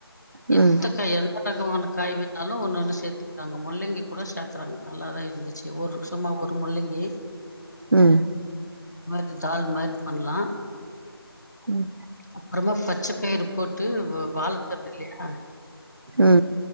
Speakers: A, on the right (about 65°); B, on the left (about 45°).
A: ம் ம்
B: எப்கத்த எல் கா க வேற காய் வேனாலு ஒன்னு ஒன்னு சேத்து அங்க முள்ளங்கி கூட சேக்குறாங்க நல்லாதா இருந்துச்சு ஒரு வருஷமா ஒரு முள்ளங்கி
A: ம்
B: இந் தால் மாரி பண்லா
A: ம்
B: அப்புறமா பச்ச பயுறு போட்டு வு வாழ தண்டுல்லயா அ
A: ம்